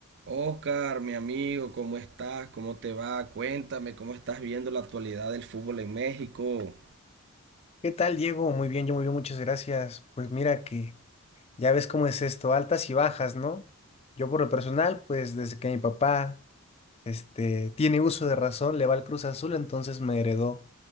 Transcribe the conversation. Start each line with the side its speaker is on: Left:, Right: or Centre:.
Right: Oscar, mi amigo, ¿cómo estás? ¿Cómo te va? Cuéntame, ¿cómo estás viendo la actualidad del fútbol en México?
Left: ¿Qué tal, Diego? Muy bien, yo muy bien, muchas gracias. Pues mira que ya ves cómo es esto, altas y bajas, ¿no? Yo por lo personal, pues desde que mi papá, este, tiene uso de razón, le va al Cruz Azul, entonces me heredó,